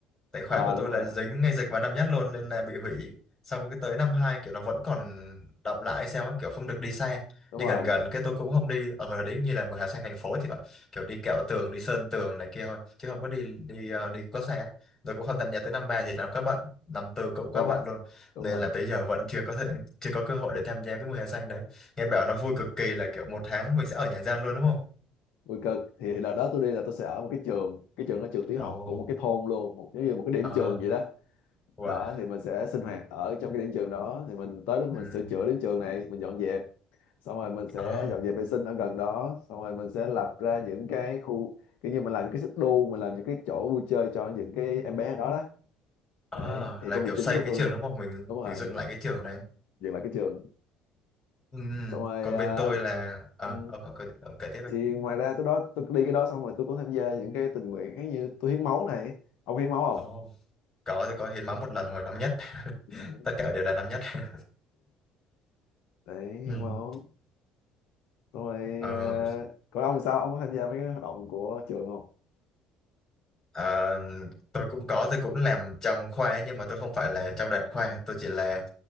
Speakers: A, on the left; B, on the left.
A: Tại khóa
B: à
A: của
B: đúng
A: tôi là
B: rồi
A: dính ngay dịch vào năm nhất luôn nên là bị hủy. Xong cái tới năm hai kiểu nó vẫn còn đọng lại hay sao ấy, kiểu không được đi xa.
B: đúng
A: Đi
B: rồi
A: gần gần cái tôi cũng không đi ở hồi đấy như là mùa hè xanh thành phố thì phải kiểu đi kẹo tường, đi sơn tường này kia thôi, chứ không có đi đi ờ, đi quá xa. Rồi cũng không tham gia tới năm ba thì là quá bận, năm tư cũng
B: qua
A: quá bận
B: bệnh
A: luôn.
B: đúng
A: Nên
B: rồi
A: là tới giờ vẫn chưa có thể chưa có cơ hội để tham gia cái mùa hè xanh đấy Nghe bảo nó vui cực kỳ là kiểu một tháng mình sẽ ở nhà gian luôn đúng không?
B: vui cực thì đợt đó tôi đi là tôi sẽ ở một cái trường cái trường đó trường tiểu
A: Ồ,
B: học của một cái thôn luôn một cái một cái điểm
A: à,
B: trường vậy đó
A: wow,
B: đó thì mình sẽ sinh hoạt ở trong cái điểm trường đó thì mình tới đó mình
A: ừm,
B: sửa chữa điểm trường này mình dọn dẹp xong rồi mình sẽ
A: à,
B: dọn dẹp vệ sinh ở gần đó xong rồi mình sẽ lập ra những cái khu kiểu như mình làm những cái xích đu mình làm những cái chỗ vui chơi cho những cái em bé ở đó đó
A: à,
B: đấy thì
A: là
B: công việc
A: kiểu xây
B: chính của
A: cái
B: tôi
A: trường đúng không? Mình
B: đúng rồi
A: mình dựng lại cái trường này.
B: dừng lại cái trường
A: Ừm,
B: xong rồi
A: Còn
B: à,
A: bên tôi là, à,
B: ừ,
A: ông, ông, kể- ông kể tiếp em.
B: thì ngoài ra tôi đó tôi đi cái đó xong rồi tôi cũng tham gia những cái tình nguyện cái như tôi hiến máu này ông hiến máu không
A: Ồ, có tôi có hiến máu một lần hồi năm nhất, <laughs>
B: Ừ,
A: tất cả đều là năm nhất. <laughs>
B: đấy hiến
A: Ừm.
B: máu xong rồi
A: Ờ,
B: à, còn ông thì sao ông có tham gia mấy cái hoạt động của trường không
A: à, tôi cũng có tôi cũng làm trong khoa ấy, nhưng mà tôi không phải là trong đoàn khoa tôi chỉ là